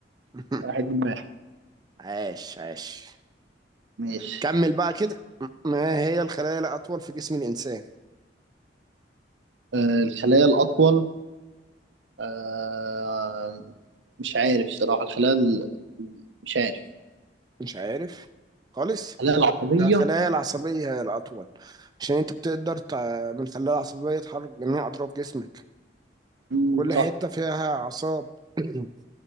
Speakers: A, on the right; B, on the right.
A: <laughs>
B: واحد من واحد
A: عاش عاش
B: ماشي
A: كمل بقى كده ما هي الخلايا الأطول في جسم الإنسان؟
B: آه... الخلايا الأطول آه... مش عارف الصراحة الخلايا ال... مش عارف
A: مش عارف خالص
B: الخلايا العصبية
A: لا، خلايا العصبية هي الأطول عشان أنت بتقدر تع- من الخلايا العصبية تحرك جميع أطراف جسمك
B: مم،
A: كل
B: صح
A: حتة فيها أعصاب <clears throat>